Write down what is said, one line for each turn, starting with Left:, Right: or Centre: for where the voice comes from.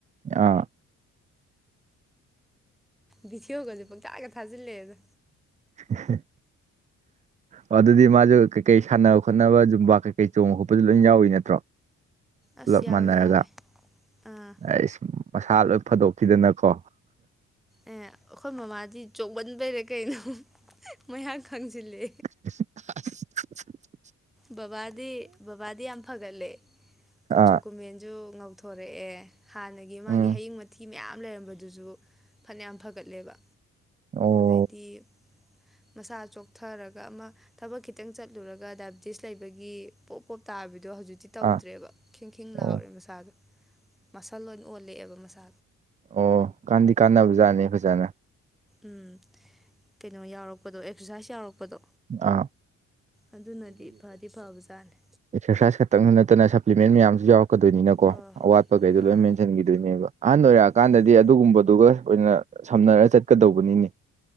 Right: ꯑꯥ꯫
Centre: ꯕꯤꯗꯤꯌꯣꯒꯖꯦ ꯄꯪꯊꯥꯒ ꯊꯥꯖꯤꯜꯂꯦꯗ
Right: 'unintelligible' <inaudible> ꯑꯣ ꯑꯗꯨꯗꯤ ꯃꯥꯁꯨ ꯀꯩꯀꯩ ꯁꯥꯟꯅꯕ ꯈꯣꯠꯅꯕ ꯖꯨꯝꯕ ꯀꯩꯀꯩ ꯆꯣꯡꯕ ꯈꯣꯠꯄꯗꯤ ꯂꯣꯢꯅ ꯌꯥꯎꯔꯤ ꯅꯠꯇ꯭ꯔꯣ꯫
Centre: ꯑꯁ
Right: ꯄꯨꯂꯞ
Centre: ꯌꯥꯎꯋꯦ
Right: ꯃꯥꯟꯅꯔꯒ
Centre: ꯌꯥꯎꯋꯦ ꯑꯥ
Right: ꯍꯥꯢꯁ ꯃꯁꯥ ꯂꯣꯢ ꯐꯗꯣꯛꯈꯤꯗꯅꯀꯣ
Centre: ꯑꯦ ꯑꯩꯈꯣꯢ ꯃꯃꯥꯗꯤ ꯆꯣꯡꯃꯟ ꯕꯩꯔꯥ ꯀꯩꯅꯣ ꯃꯌꯥꯡ ꯀꯪꯖꯤꯜꯂꯦ꯫
Right: 'unintelligible' <inaudible>
Centre: ꯕꯕꯥꯗꯤ ꯕꯕꯥꯗꯤ ꯌꯥꯝ ꯐꯒꯠꯂꯦ ꯀꯨꯆꯨ
Right: ꯑꯥ
Centre: ꯀꯨꯃꯦꯟꯖꯨ ꯉꯥꯎ ꯊꯣꯔꯦꯑꯦ ꯍꯥꯟꯅꯒꯤ ꯃꯥꯒꯤ
Right: ꯎꯝ
Centre: ꯍꯌꯤꯡ ꯃꯊꯤ ꯃꯌꯥꯝ ꯂꯩꯔꯝꯕꯗꯨꯁꯨ ꯐꯅꯌꯥꯝ ꯐꯒꯠꯂꯦꯕ꯫
Right: ꯑꯣ
Centre: ꯑꯗꯩꯗꯤ ꯃꯁꯥ ꯆꯣꯛꯊꯔꯒ ꯑꯃ ꯊꯕꯛ ꯈꯤꯇꯪ ꯆꯠꯂꯨꯔꯒ ꯗꯥꯢꯕꯤꯇꯤꯁ ꯂꯩꯕꯒꯤ ꯄꯣꯞ ꯄꯣꯞ ꯇꯥꯕꯤꯗꯣ ꯍꯧꯖꯤꯛꯇꯤ ꯇꯧꯗ꯭ꯔꯦꯕ
Right: ꯑꯥ
Centre: ꯈꯤꯡꯈꯤꯡ ꯂꯥꯎꯔꯦ
Right: ꯑꯣ
Centre: ꯃꯁꯥꯗꯣ꯫ ꯃꯁꯜ ꯂꯣꯢꯅ ꯑꯣꯜꯂꯛꯑꯦꯕ ꯃꯁꯥ
Right: ꯑꯣ ꯀꯥꯟꯗꯤ ꯀꯥꯟꯅꯕꯖꯥꯠꯅꯤ ꯐꯖꯅ
Centre: ꯎꯝ ꯀꯩꯅꯣ ꯌꯥꯎꯔꯛꯄꯗꯣ ꯑꯦꯛꯁꯔꯁꯥꯏꯁ ꯌꯥꯎꯔꯛꯄꯗꯣ꯫
Right: ꯑꯥ
Centre: ꯑꯗꯨꯅꯗꯤ ꯐꯗꯤ ꯐꯕꯖꯥꯠꯅꯦ꯫
Right: ꯑꯦꯛꯁꯔꯁꯥꯢꯁ ꯈꯛꯇꯪꯅ ꯅꯠꯇꯅ ꯁꯄ꯭ꯂꯤꯃꯦꯟ ꯃꯌꯥꯝꯁꯨ ꯌꯥꯎꯔꯛꯀꯗꯣꯢꯅꯤꯅꯀꯣ
Centre: ꯍꯣꯏ ꯍꯣꯏ
Right: ꯑꯋꯥꯠꯄ ꯒꯩꯗꯣ
Centre: ꯑꯥ
Right: ꯂꯣꯢ ꯃꯦꯟꯁꯟꯒꯤꯗꯣꯢꯅꯦꯕ ꯑꯍꯟ ꯑꯣꯢꯔꯛꯑꯀꯥꯟꯗꯗꯤ
Centre: ꯎꯝ
Right: ꯑꯗꯨꯒꯨꯝꯕꯗꯨꯒ ꯑꯣꯢꯅ ꯁꯝꯅꯔꯒ ꯆꯠꯀꯗꯧꯕꯅꯤꯅꯦ꯫